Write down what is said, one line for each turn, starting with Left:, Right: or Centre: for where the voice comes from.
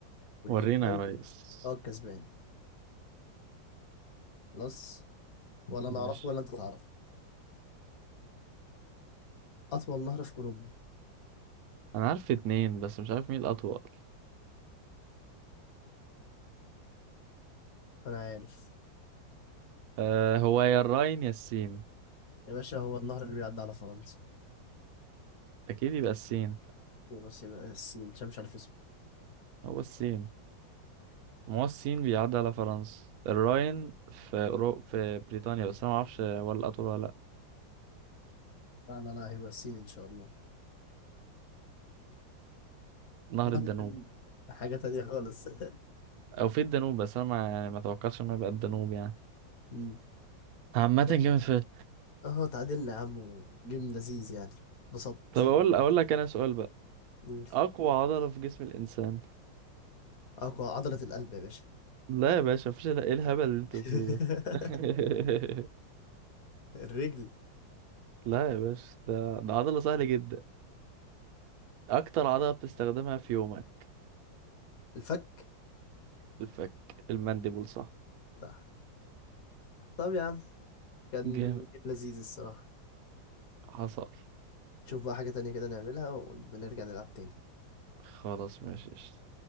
Left: واللي
Right: ورينا
Left: يجاوب
Right: يا ريس
Left: هو الكسبان خلاص ولا انا
Right: ماشي
Left: اعرفه ولا انت تعرف اطول نهر في اوروبا
Right: أنا عارف اتنين بس مش عارف مين الأطول
Left: انا عارف
Right: أه هو يا الراين يا السين
Left: يا باشا هو النهر اللي بيعدي على فرنسا
Right: أكيد يبقى السين
Left: يبقى بس يبقى السين عشان مش عارف اسمه
Right: هو السين ما هو السين بيعدي على فرنسا الراين في أورو... في بريطانيا بس أنا معرفش هو الأطول ولا لأ
Left: لا لا لا هيبقى السين ان شاء الله
Right: نهر
Left: نهر
Right: الدانوب
Left: الدانوب حاجة تانية خالص <laughs>
Right: أو في الدانوب بس أنا ما يعني ما توقعش إنه يبقى الدانوب يعني
Left: مم.
Right: عامة
Left: ماشي.
Right: جامد فشخ
Left: اهو تعادلنا يا عم وجيم لذيذ يعني انبسطت
Right: طب أقول أقول لك أنا سؤال بقى
Left: قول
Right: اقوى عضلة في جسم الانسان
Left: اقوى عضلة القلب يا باشا
Right: لا يا باشا مفيش إلا- ايه الهبل اللي انت
Left: <laughs>
Right: بتقوله ده <laughs>
Left: الرجل
Right: لا يا باشا ده ده عضلة سهلة جدا اكتر عضلة بتستخدمها في يومك
Left: الفك
Right: الفك المانديبول صح
Left: صح طب يا عم كان
Right: جامد
Left: جيم لذيذ الصراحة
Right: حصل
Left: نشوف بقى حاجة تانية كده نعملها ونرجع نلعب تاني
Right: خلاص ماشي